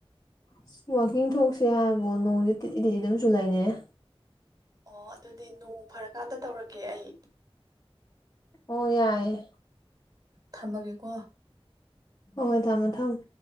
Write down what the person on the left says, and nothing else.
ꯏꯁ ꯋꯥꯛꯀꯤꯡ ꯊꯣꯛꯁꯦ ꯍꯥꯏꯕꯕꯨ ꯅꯣꯡꯖꯦ ꯇꯤꯠꯂꯤ ꯇꯤꯠꯂꯤ ꯑꯗꯨꯝ ꯆꯨ ꯂꯩꯔꯩ
ꯑꯣ ꯌꯥꯏꯌꯦ
ꯍꯣ ꯍꯣꯏ ꯊꯝꯃꯣ ꯊꯝꯃꯣ